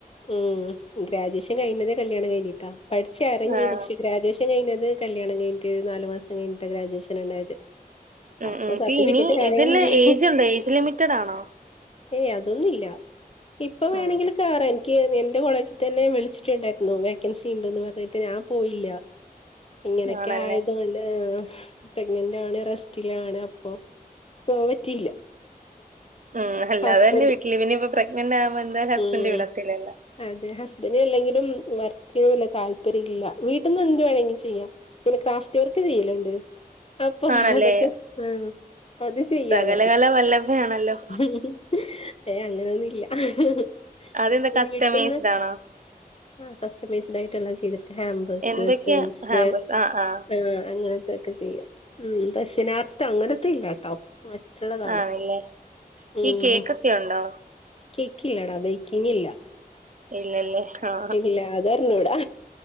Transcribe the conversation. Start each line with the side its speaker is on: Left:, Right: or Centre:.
Left: ഉം ഗ്രാജുവേഷൻ കഴിഞ്ഞതേ കല്യാണം കഴിഞ്ഞിട്ടാ. പഠിച്ച ഇറങ്ങി
Right: ആഹ്
Left: പക്ഷെ ഗ്രാജുവേഷൻ കഴിഞ്ഞത് കല്യാണം കഴിഞ്ഞിട്ട് നാല് മാസം കഴിഞ്ഞിട്ട് ഗ്രാജുവേഷൻ ഉണ്ടായത്.
Right: ഉം
Left: അപ്പൊ
Right: ഉം
Left: സർട്ടിഫിക്കറ്റ്
Right: ഇ ഇനി
Left: കാര്യങ്ങളായി
Right: ഇതില് ഏജ്ണ്ടോ ഏജ് ലിമിറ്റഡ് ആണോ?
Left: ഏയ് അതൊന്നുംല്ല ഇപ്പൊ വേണെങ്കിൽ
Right: ഉം
Left: കേയറാ എനിക്ക് എന്റെ കോളേജിൽ തന്നെ വിളിച്ചിട്ടുണ്ടായിരുന്നു വേക്കൻസി ഉണ്ടന്ന് പറഞ്ഞിട്ട് ഞാൻ പോയില്ല. ഇങ്ങനെയൊക്കെ
Right: ആണല്ലേ?
Left: ആയതുകൊണ്ട് ആ പ്രഗ്നന്റ് ആണ് റെസ്റ്റിലാണ് അപ്പൊ പോവാാൻ പറ്റിയില്ല.
Right: ഉം അല്ലാതെ
Left: ഹസ്ബൻഡ്
Right: തന്നെ വിട്ടില്ല പിന്ന ഇപ്പ പ്രഗ്നന്റ് ആവുമ്പോ എന്തായാലും ഹസ്ബൻഡറ്
Left: ഉം
Right: വിടത്തില്ലല്ലോ.
Left: അതെ ഹസ്ബൻഡ അല്ലെങ്കിലും വർക്ക് ചെയ്യുന്നല്ല താല്പര്യം ഇല്ല വീട്ടിൽന്നന്ന് എന്ത് വേണമെങ്കിലും ചെയ്യാം. ഇങ്ങനെ ക്രാഫ്റ്റ് വർക്ക് ചെയ്യലുണ്ട് അപ്പൊ
Right: ആണല്ലേ
Left: അതൊക്കെ ആഹ് അത് ചെയ്യാ
Right: സകലകല
Left: പറഞ്ഞു.
Right: വല്ലഭയാണല്ലോ
Left: ഹ ഹു ഏയ് അങ്ങനെ ഒന്നും ഇ ഹ ഹ്
Right: അതെന്താ കസ്റ്റമൈസ്ഡ്
Left: വീട്ടിൽന്ന്
Right: ആണോ
Left: ആഹ കസ്റ്റമൈസഡ ആയിട്ട് ചെയ്തടക്കും ഹേമ്പർസ്
Right: എന്തൊക്കെയാ
Left: ഫ്രെയിംസ്
Right: ഹാമ്പസ് ആ ആ
Left: ആഹ് അങ്ങനത്തെൊക്കെ ചെയ്യും ഉം റെസിൻആർട് അങ്ങനത്തെ ഇല്ലാട്ടോ. മറ്റുള്ളതാണ്
Right: ആണല്ലേ
Left: ഉം.
Right: ഈ <unintelligible> ഉണ്ടോ?
Left: കേക്കില്ലാടാ ബേക്കിംഗ്ഇല്ല
Right: ഇല്ലല്ലേ ആ
Left: ഇല്ല അതറിഞ്ഞൂടാ